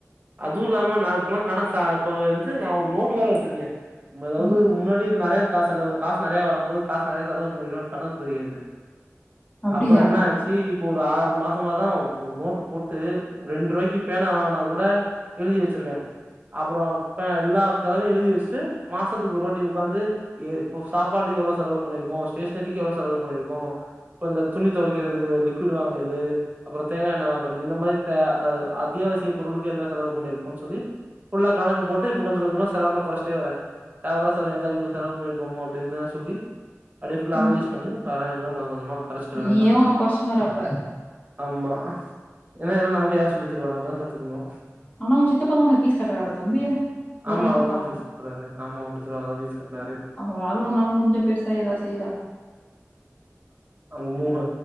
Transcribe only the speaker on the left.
ம்
அப்டியா
ம்
நீயே
ஓன்ன கொறச்சுன்னு வர அப்ப
ஆனா உங்க சித்தப்பா தான் உனக்கு ஃபீஸ் கட்டுறாருடா தம்பி ஒரு
லட்சம்
ரூபா
அவராலு ஒன்னால முடிஞ்சா பெருசா ஏதாவு செய்ரா